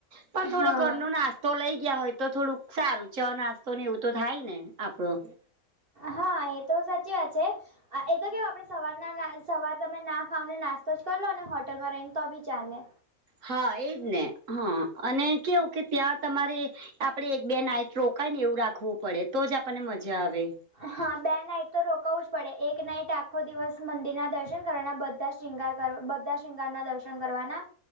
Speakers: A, on the right; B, on the right.
A: પણ થોડો
B: હા
A: ઘરનો ના તો લઈ ગયા હોય તો થોડુંક સારું ચ નાસ્તો ને એવું તો થાય ને. આપડો
B: હા એ તો સાચી વાત છે. એ તો કેવું આપડે સવાર ના સવાર તમે ના ખાવને નાસ્તો જ કર લો ને હોટલમાં રહીન તો બી ચાલે.
A: હા એજ ને હા અને કેવું કે ત્યાં તમારે આપડે એક બે નાઈટ રોકાય ને એવું રાખવું પડે તો જ આપણને મજા આવે.
B: હા બે નાઈટ તો રોકાવુ જ પડે એક નાઈટ આ ખો દિવસ મંદિરના દર્શન કરવાના બધા શૃંગાર કરવા બધા શૃંગારના દર્શન કરવાના.